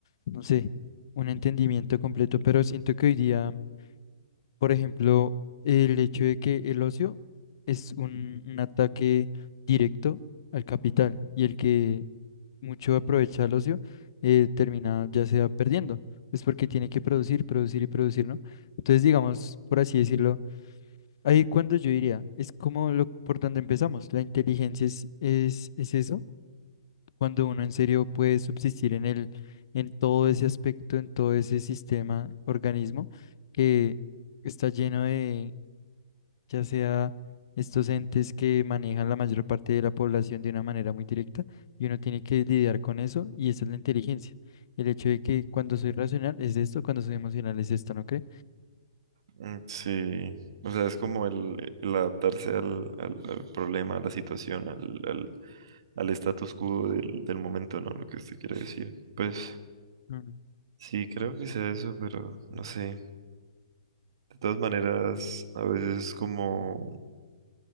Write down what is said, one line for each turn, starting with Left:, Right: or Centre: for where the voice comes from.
Left: no sé, un entendimiento completo. Pero siento que hoy día Por ejemplo, el hecho de que el ocio es un, un ataque directo al capital y el que mucho aprovecha el ocio eh, termina ya sea perdiendo, pues porque tiene que producir, producir y producir, ¿no? Entonces, digamos, por así decirlo, ahí cuando yo diría, es como lo, por donde empezamos, la inteligencia es, es, es eso, cuando uno en serio puede subsistir en el, en todo ese aspecto, en todo ese sistema, organismo, que está lleno de ya sea estos entes que manejan la mayor parte de la población de una manera muy directa, y uno tiene que lidiar con eso, y esa es la inteligencia. El hecho de que cuando soy racional es esto, cuando soy emocional es esto, ¿no cree?
Right: Mm, Sí, o sea, es como el, el adaptarse al, al, al problema, a la situación, al, al, al status quo del, del momento, ¿no? Lo que usted quiere decir. Pues
Left: Mm,
Right: sí, creo que sea eso, pero no sé. De todas maneras, a veces es como